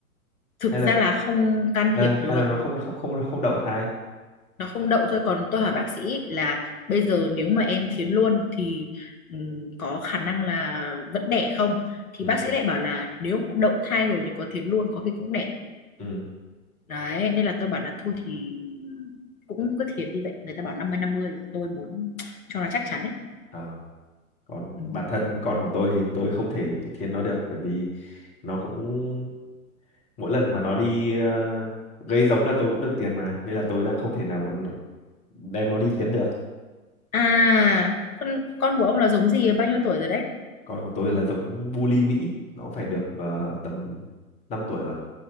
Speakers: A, on the left; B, on the left.
A: thực
B: Hay
A: ra
B: là
A: là không can
B: hay
A: thiệp
B: là,
A: được
B: hay là nó không không không không đậu thai?
A: nó không đậu thôi còn tôi hỏi bác sĩ là bây giờ nếu mà em thiến luôn thì ừm, có khả năng là vẫn đẻ không thì
B: Ừ.
A: bác sĩ lại bảo là nếu mà đậu thai rồi thì có thiến luôn có khi cũng đẻ
B: Ừ.
A: đấy nên là tôi bảo là thôi thì cũng cứ thiến đi vậy người ta bảo năm mươi năm mươi tôi muốn cho nó chắc chắn đấy
B: ờ. còn
A: ừ.
B: bản thân con của tôi thì tôi không thể thiên nó được bởi vì nó cũng mỗi lần mà nó đi ờ, gây giống là tôi cũng được tiền mà nên là tôi đang không thể nào mà nó- đem nó đi thiến được
A: à con con của ông là giống gì bao nhiêu tuổi rồi đấy
B: con của tôi là giống bully Mỹ nó phải được ờ, tầm 5 tuổi rồi